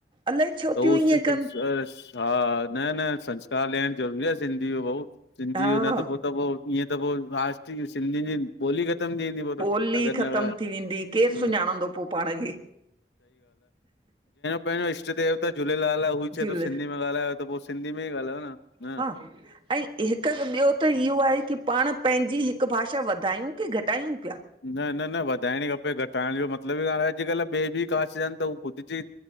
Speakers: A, on the right; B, on the left.
A: अलाए छो
B: तौ
A: थियूं
B: सिर्फ
A: ईअं कनि
B: चेंयस हा न न संस्कार ॾयण जरूरी आ सिन्धी भाऊ सिंधी
A: हा
B: न त पो त पो इयं त पो राष्ट्रीय सिंधियुन जी ॿोली ख़तम थी वेंदी पो
A: ॿोली
B: त अगरि
A: ख़तम
B: न
A: थी वेंदी
B: हम्म
A: केर सुञाणंदो पो पाण खे
B: पेंहजो इष्ट देवता झूलेलाल आ उवई चए
A: झूल
B: तो सिन्धी में ॻाल्हायो त पो सिन्धी में ई ॻाल्हायो न
A: इ <inaudible> ऐं हिक ॿयो त इयो आहे कि पाण पेंहजी हिक भाषा वधायुं कि घटायुं प्या
B: न न न वधाएणी ख़पे घटाएण जो मतलब ई कान अॼुकल ॿिए बि कास्ट जा त उ ख़ुद जी